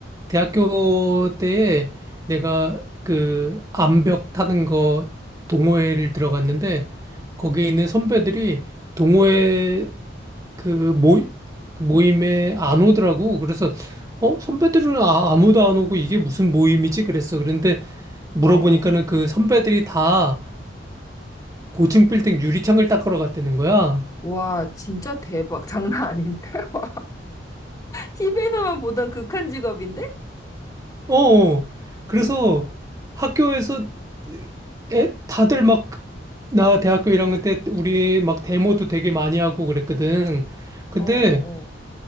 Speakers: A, on the right; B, on the left.
A: 대학교 때에 내가 그 암벽 타는 거 동호회를 들어갔는데, 거기에 있는 선배들이 동호회 그 모이, 그 모임에 안 오더라고. 그래서, 어, 선배들은 아, 아무도 안 오고 이게 무슨 모임이지? 그랬어. 그런데 물어보니까는
B: 어어.
A: 그 선배들이 다 고층 빌딩 유리창을 닦으러 갔다는 거야.
B: 와, 진짜 대박. <laughs> 장난 아닌데? <laughs> 와, TV에서만 보던 극한 직업인데?
A: 어, 어. 그래서 학교에서 애, 다들 막, 나 대학교 1학년 때 우리 막 데모도 되게 많이 하고 그랬거든. 근데
B: 어어어.